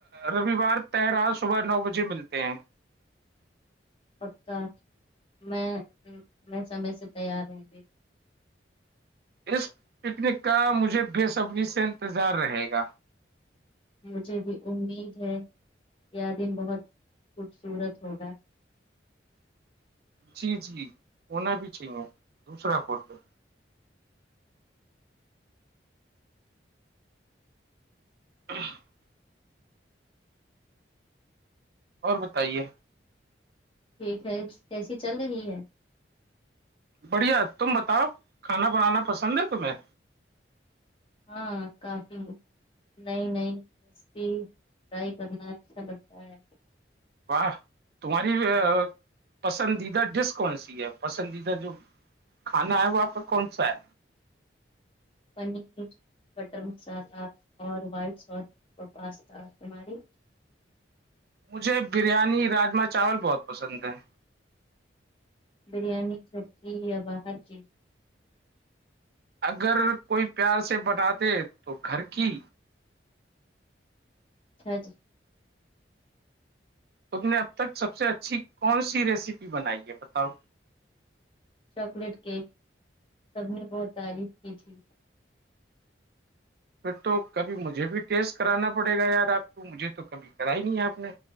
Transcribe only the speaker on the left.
اتا میں میں سمے سے تیار رہوں گی
مجھے بھی امید ہے یہ دن بہت خوبصورت ہوگا
ٹھیک ہے کیسی چل رہی ہے
ہاں کافی ہے نئی نئی ریسپی ٹرائی کرنا اچھا لگتا ہے
پنیر بٹر مسالحہ اور وائٹ سوت اور پاستا تمہاری
بریانی گھرکی یا باہر کی
ہاں جی
چاکلیٹ کیک سب نے بہت تعریف کی تھی